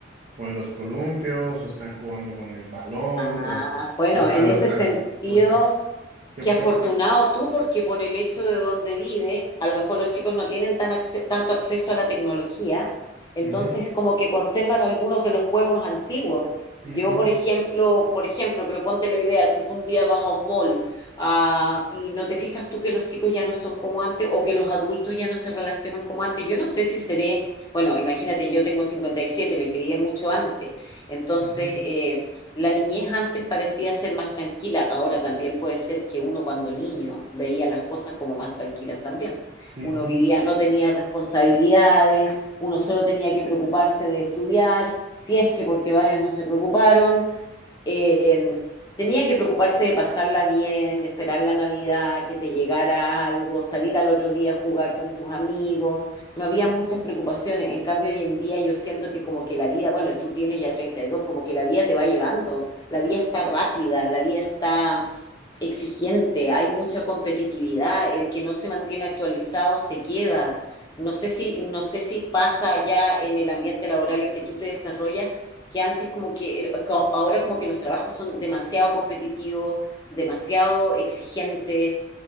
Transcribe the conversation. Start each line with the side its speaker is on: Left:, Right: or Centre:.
Right: o en los columpios o están jugando con el balón
Left: Ah,
Right: o, es-
Left: bueno,
Right: o están,
Left: en ese
Right: o están,
Left: sentido,
Right: o están, o están. Yo
Left: qué
Right: creo
Left: afortunado
Right: que...
Left: tú, porque por el hecho de donde vive, a lo mejor los chicos no tienen tan acce- tanto acceso a la tecnología, entonces
Right: Ujú,
Left: como que conservan algunos de los juegos antiguos.
Right: ujú,
Left: Yo, por ejemplo, por ejemplo, pero ponte la idea, si tú un día vas a un mall, ah, y no te fijas tú que los chicos ya no son como antes o que los adultos ya no se relacionan como antes, yo no sé si seré, bueno, imagínate, yo tengo 57, me crié mucho antes, entonces...
Right: ujú,
Left: eh, La niñez antes parecía ser más tranquila, ahora también puede ser que uno cuando niño veía las cosas como más tranquilas también.
Right: ujú,
Left: Uno vivía, no tenía responsabilidades, uno solo tenía que preocuparse de estudiar, si es que porque varios no se preocuparon, eh, tenía que preocuparse de pasarla bien, de esperar la Navidad, que te llegara algo, salir al otro día a jugar con tus amigos. No había muchas preocupaciones. En cambio, hoy en día yo siento que como que la vida, bueno, tú tienes ya 32, como que la vida te va llevando. La vida está rápida, la vida está exigente, hay mucha competitividad. El que no se mantiene actualizado se queda. No sé si, no sé si pasa ya en el ambiente laboral en que tú te desarrollas que antes como que, ahora como que los trabajos son demasiado competitivos, demasiado exigentes,